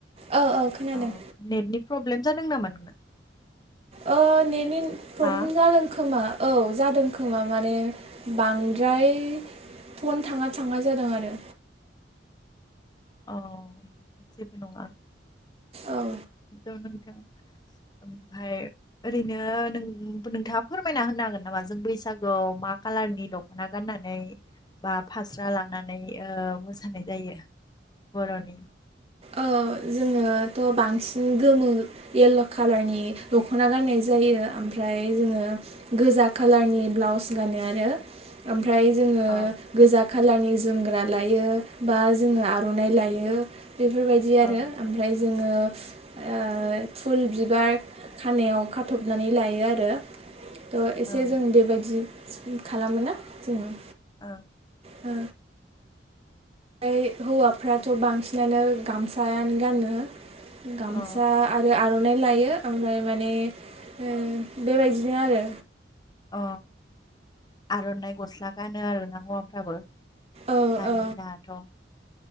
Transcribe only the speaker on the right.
औ खोनादों
ओ नेटनि प्रब्लेम
जादों खोमा। औ जादों खोमा माने बांद्राय फन थाङा थाङा जादों आरो।
औ।
ओ जोङोथ' बांसिन गोमो येल्ल' कालारनि दख'ना गाननाय जायो। ओमफ्राय जोङो गोजा कालारनि ब्लाउस गानो आरो। ओमफ्राय जोङो
गोजा कालारनि जोमग्रा लायो बा जोङो आर'नाइ लायो। बेफोरबायदि
आरो ओमफ्राय जोङो ओ फुल बिबार खानायाव खाथ'बनानै लायो आरो। ओ एसे
जों बेबायदि स्पिं खालामोना जोङो।
ओ ओमफ्राय हौवाफ्राथ' बांसिनानो गामसायानो गानो। गामसा
आरो आर'नाइ लायो ओमफ्राय माने ओ बेबायदिनो आरो।
औ
औ